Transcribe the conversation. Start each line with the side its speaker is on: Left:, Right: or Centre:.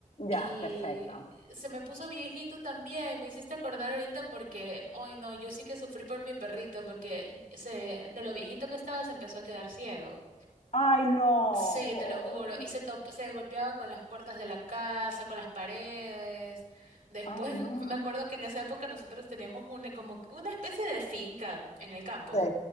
Left: Ya,
Right: Y
Left: perfecto.
Right: se me puso viejito también, me hiciste acordar ahorita porque, hoy no, yo sí que sufrí por mi perrito porque se, de lo viejito que estaba se empezó a quedar ciego.
Left: Ay, no,
Right: Sí,
Left: pobre.
Right: te lo juro. Y se, top- se golpeaba con las puertas de la casa, con las paredes. Después,
Left: Ay, no.
Right: <laughs> me acuerdo que en esa época nosotros teníamos una, como una especie de finca en el campo.
Left: Sí,